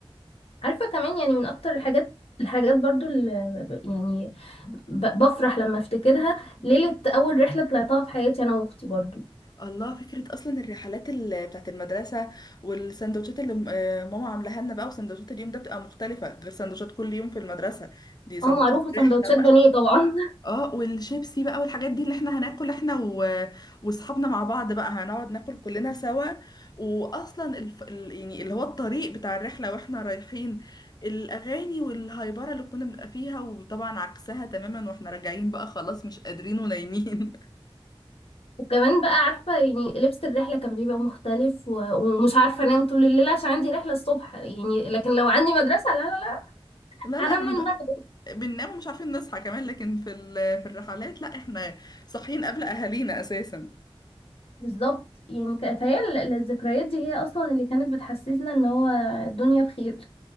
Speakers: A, on the left; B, on the left.
A: عارفة كمان يعني من أكتر الحاجات الحاجات برضو اللي ب- يعني ب- بفرح لما افتكرها ليلة أول رحلة طلعتها في حياتي أنا وأختي برضو
B: الله فكره اصلا الرحلات ال- بتاعت المدرسه والسندوتشات اللي م- آه ماما عاملاها لنا بقى وسندوتشات اليوم ده بتبقى مختلفه غير سندوتشات كل يوم في المدرسه دي سندوتشات
A: اه معروفة سندوتشات
B: الرحله بقى
A: بانيه طبعا <laughs>
B: اه والشيبسي بقى والحاجات دي اللي احنا هناكل احنا و... واصحابنا مع بعض بقى هنقعد ناكل كلنا سوا واصلا الف... ال- يعني اللي هو الطريق بتاع الرحله واحنا رايحين الاغاني والهايبره اللي كنا بنبقى فيها وطبعا عكسها تماما واحنا راجعين بقى خلاص مش قادرين ونايمين
A: وكمان بقى عارفة يعني لبس الرحلة كان بيبقى مختلف و... ومش عارفة أنام طول الليل عشان عندي رحلة الصبح يعني لكن لو عندي مدرسة لا لا لا
B: <laughs> لا
A: هنام
B: لا احنا
A: من المغرب
B: بنبقى- بننام ومش عارفين نصحى كمان لكن في ال... في الرحلات لا احنا صاحيين قبل اهالينا اساسا
A: بالظبط يعني ك- فهي ال- الذكريات دي هي أصلا اللي كانت بتحسسنا إن هو الدنيا بخير